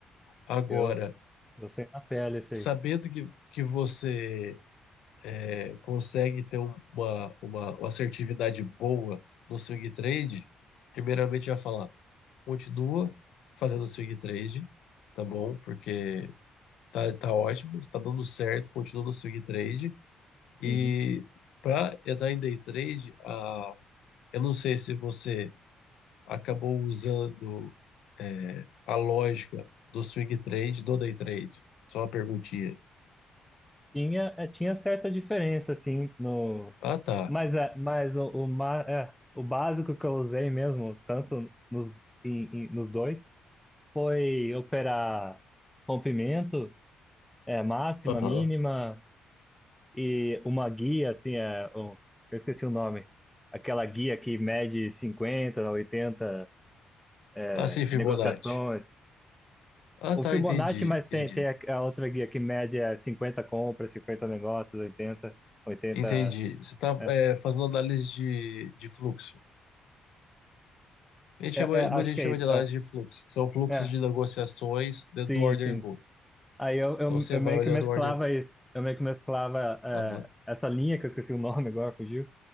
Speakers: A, on the left (about 80°); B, in the centre.
A: Agora,
B: Eu, eu sei na pele isso
A: sabendo
B: aí.
A: que, que você é, consegue ter um, uma, uma, uma assertividade boa no swing trade, primeiramente já falar, continua fazendo swing trade, tá bom? Porque tá, tá ótimo, está dando certo, continua no swing trade. E
B: Uhum.
A: para entrar em day trade, a, eu não sei se você acabou usando é, a lógica do swing trade, do day trade. Só uma perguntinha.
B: Tinha, é, tinha certa diferença assim no,
A: Ah, tá.
B: mas é, mas o, o, ma- é, o básico que eu usei mesmo, tanto nos, em- em- nos dois, foi operar rompimento, é, máxima,
A: Aham.
B: mínima E uma guia, assim, é, um- eu esqueci o nome, aquela guia que mede 50, 80
A: Ah,
B: é,
A: sim, Fibonacci.
B: negociações.
A: Ah,
B: O
A: tá,
B: Fibonacci,
A: entendi,
B: mas
A: entendi.
B: tem, tem a, a outra guia que mede é 50 compras, 50 negócios, oitenta oitenta
A: Entendi. Você está
B: É,
A: fazendo análise de, de fluxo. A gente
B: é,
A: chama,
B: é, acho
A: muita gente
B: que é
A: chama
B: isso.
A: de análise
B: É,
A: de fluxo, que são fluxos
B: é,
A: de negociações dentro
B: sim,
A: do order
B: sim.
A: book.
B: Aí eu, eu,
A: Então você
B: eu
A: vai
B: meio
A: olhando
B: que mesclava
A: o order book.
B: isso. Eu meio que mesclava
A: Aham,
B: é, essa linha, que eu esqueci o <laughs> nome agora, fugiu.